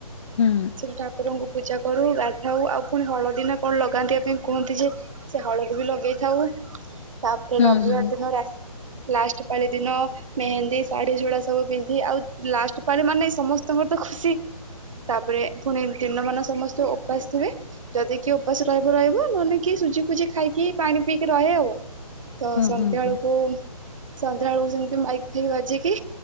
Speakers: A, on the left; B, on the right.
A: ହୁଁ
B: ସେଠୀ ଠାକୁରଙ୍କୁ। ପୂଜା କରୁ ଗାଧାଉ ଆଉ ପୁଣି ହଳଦୀ ନା କଣ ଲଗାନ୍ତି ପାଇଁ କୁହନ୍ତି ଯେ ସେ ହଳଦୀ ବି ଲଗେଇଥାଉ। ତାପରେ
A: ହୁଁ
B: ରବିବାର
A: ହୁଁ ହୁଁ ହୁଁ
B: ଦିନ ରାତ୍ ଲାଷ୍ଟ ପାାଳି ଦିନ ମେହେନ୍ଦୀ, ଶାଢୀ, ସୁଡା ସବୁ ପିନ୍ଧି ଆଉ ଲାଷ୍ଟ ପାାଳି ମାନେ ସମସ୍ତଙ୍କର ତ ଖୁସି ତାପରେ ପୁଣି ଦିନ ମାନ ସମସ୍ତେ ଉପାସ ଥିବେ ଯଦି କିଏ ଉପାସ ରହିବ ରହିବ ମନେକ ସୁଜି ଫୁଜି ଖାଇକି ପାଣି ପିଇକି ରହେ ଆଉ ତ ସନ୍ଧ୍ୟାବେଳୁ
A: ହୁଁ ହୁଁ ହୁଁ।
B: ସନ୍ଧ୍ୟା ବେଳକୁ ସେମିତି ମାଇକି ଫାଇକି ବାଜିକି